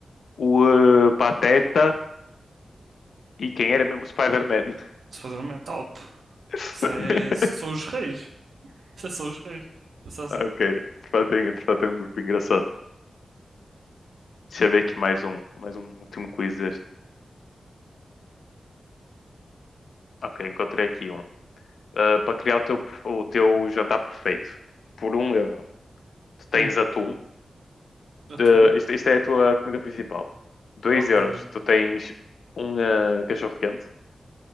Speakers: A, on the left; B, on the right.
A: o eh, Pateta e quem era mesmo? O Spider-Man.
B: Se fazer um top.
A: <laughs>
B: Isso é. São os reis. Isso é só os reis. Pensa assim.
A: Ok, de facto, é, de facto é um grupo engraçado. Deixa eu ver aqui mais um, mais um último quiz. Ok, encontrei aqui um. Ah, para criar o teu, perf- o teu jantar perfeito, por um euro, tu tens
B: Hum.
A: atum.
B: Atum.
A: De, isto, isto é a tua comida principal. Dois
B: Ok,
A: euros,
B: ok.
A: tu tens um ah, cachorro-quente.